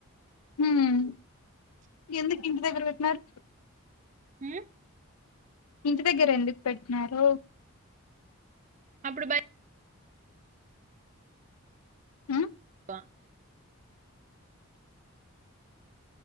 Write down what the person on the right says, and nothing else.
ఉ
అప్పుడు బయ
బ